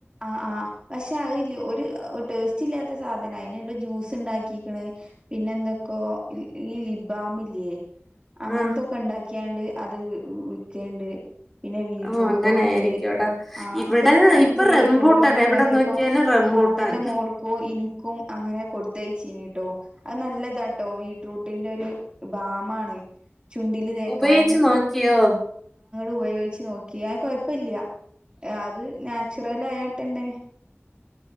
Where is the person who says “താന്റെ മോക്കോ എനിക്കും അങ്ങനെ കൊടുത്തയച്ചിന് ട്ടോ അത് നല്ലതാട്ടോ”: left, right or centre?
Right